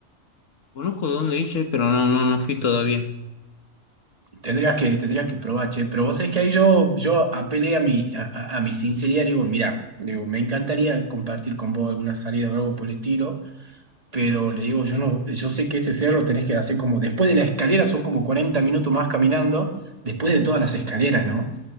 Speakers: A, on the left (about 70°); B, on the right (about 30°).
A: conozco dónde hice, pero no, no, no fui todavía.
B: Tendrías que, tendrías que probar, che. Pero vos sabés que ahí yo, yo apelé a mi, a, a- a mi sinceridad, le digo, mirá, le digo, me encantaría compartir con vos alguna salida o algo por el estilo, pero le digo, yo no, yo sé que ese cerro tenés que hacer como después de la escalera, son como 40 minutos más caminando, después de todas las escaleras, ¿no?